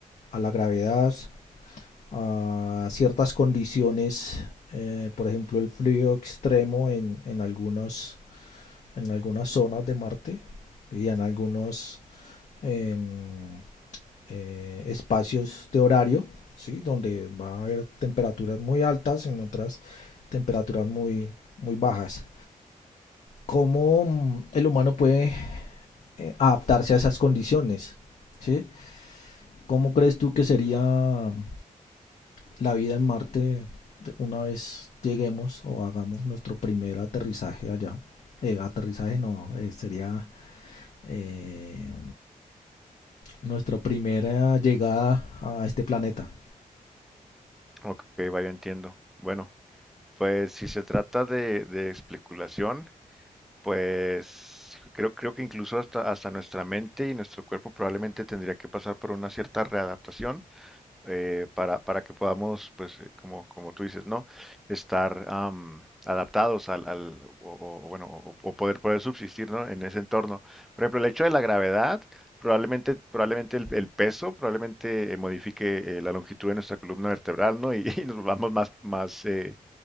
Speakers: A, on the left; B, in the centre.
A: a la gravedad, a ciertas condiciones, eh, por ejemplo el frío extremo en, en, algunos, en algunas zonas de Marte y en algunos em, eh, espacios de horario, ¿sí? donde va a haber temperaturas muy altas, en otras temperaturas muy, muy bajas cómo mm, el humano puede eh, adaptarse a esas condiciones. ¿sí? ¿Cómo crees tú que sería mm, la vida en Marte una vez lleguemos o hagamos nuestro primer aterrizaje allá? Eh, aterrizaje no, eh, sería eh, nuestra primera llegada a este planeta.
B: Ok, vaya, entiendo. Bueno. Pues si se trata de, de especulación, Pues creo, creo que incluso hasta, hasta nuestra mente y nuestro cuerpo probablemente tendría que pasar por una cierta readaptación eh, para, para que podamos, pues eh, como, como tú dices, ¿no? Estar am, adaptados al, al- o, o- o bueno, o, o poder, poder subsistir, ¿no? En ese entorno. Por ejemplo, el hecho de la gravedad, probablemente, probablemente el, el peso, probablemente eh, modifique eh, la longitud de nuestra columna vertebral, ¿no? Y, <laughs> y nos volvamos más, más, eh,